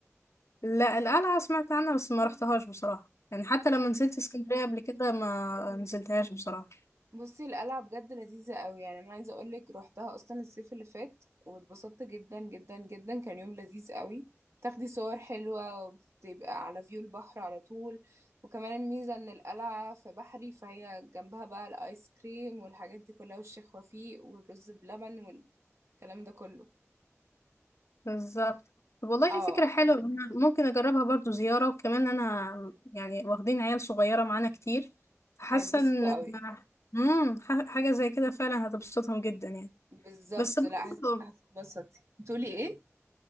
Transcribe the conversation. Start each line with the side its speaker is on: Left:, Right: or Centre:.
Left: لا القلعة سمعت عنها بس ما رحتهاش بصراحة يعني حتى لما نزلت اسكندرية قبل كده ما نزلتهاش بصراحة
Right: بصي القلعة بجد لذيذة قوي يعني انا عايزة اقولك روحتها اصلا الصيف اللي فات واتبسطت جدا جدا جدا كان يوم لذيذ قوي بتاخدي صور حلوة وبتبقى على فيو البحر على طول وكمان الميزة ان القلعة في بحري فهي جنبها بقى الايس كريم والحاجات دي كلها والشيخ وفيق والرز بلبن والكلام ده كله
Left: بالظبط طب والله
Right: اه
Left: فكرة حلوة أنا ممكن أجربها برضو زيارة وكمان أنا يعني واخدين عيال صغيرة معانا كتير فحاسة
Right: هيتبسطوا
Left: إن
Right: قوي
Left: مم، ح- حاجة زي كده فعلا هتبسطهم جدا يعني
Right: بالظبط
Left: بس برضو
Right: لا هت- هتتبسطي بتقولي ايه؟